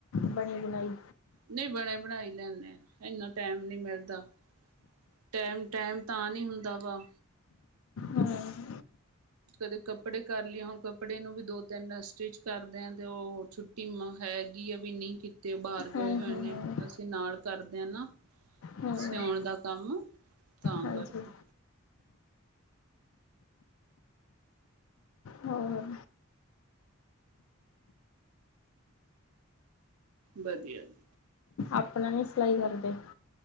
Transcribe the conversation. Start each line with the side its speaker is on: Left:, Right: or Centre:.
Left: ਬਣੀ- ਬੁਨਾਈ?
Right: ਨਈ ਬਣੇ- ਬਣਾਈ ਲੈਂਨੇ ਆ ਏਨਾ ਟੈਮ ਨੀ ਮਿਲਦਾ। ਟੈਮ-ਟੈਮ ਤਾਂ ਨੀ ਹੁੰਦਾ ਵਾ
Left: ਹਾਂ।
Right: ਕਦੇ ਕੱਪੜੇ ਕਰ ਲਈਏ, ਹੁਣ ਕੱਪੜੇ ਨੂੰ ਵੀ ਦੋ-ਤਿੰਨ ਸਟਿਚ ਕਰਦੇ ਆ ਤੇ ਓ ਛੁੱਟੀਆਂ ਟੀਮਾ ਹੈਗੀ ਆ ਵੀ ਨਈ ਕੀਤੇ ਬਾਰ
Left: ਹੂੰ
Right: ਗਏ ਹੋਏ
Left: ਹੂੰ
Right: ਨੇ, ਅਸੀਂ ਨਾਲ ਕਰਦੇ ਆ ਨਾ।
Left: ਹੂੰ
Right: ਸਿਓਣ ਦਾ ਕੰਮ, ਤਾਂ
Left: ਹਾਂਜੀ
Right: ਕਰਕੇ।
Left: ਹੋਰ
Right: ਵਧੀਆ ਜੀ।
Left: ਅਪਣਾ ਨੀ ਸਿਲਾਈ ਕਰਦੇ?